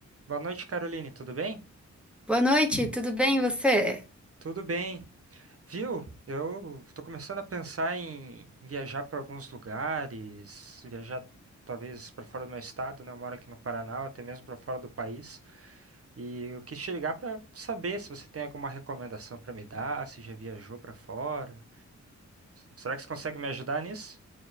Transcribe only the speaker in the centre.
Boa noite, tudo bem e você?